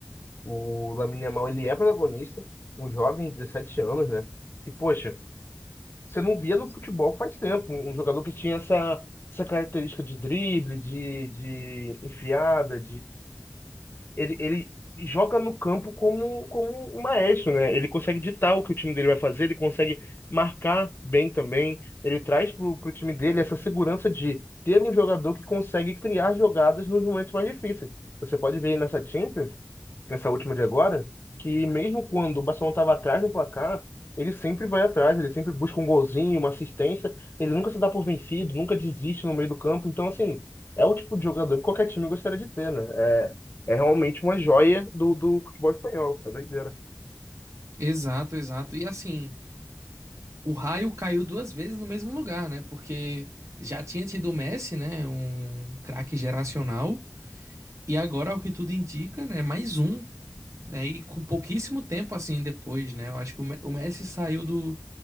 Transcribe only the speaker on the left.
O Lamine Yamal, ele é protagonista, um jovem, 17 anos, né? E, poxa, você não via no futebol faz tempo um jogador que tinha essa, essa característica de drible, de, de enfiada, ele, ele joga no campo como, como um maestro, né? Ele consegue ditar o que o time dele vai fazer, ele consegue marcar bem também. Ele traz pro, pro time dele essa segurança de ter um jogador que consegue criar jogadas nos momentos mais difíceis. Você pode ver aí nessa Champions nessa última de agora, que mesmo quando o Barcelona estava atrás do placar, ele sempre vai atrás, ele sempre busca um golzinho, uma assistência, ele nunca se dá por vencido, nunca desiste no meio do campo. Então, assim, é o tipo de jogador que qualquer time gostaria de ter, né? É, é realmente uma joia do, do futebol espanhol, é doideira.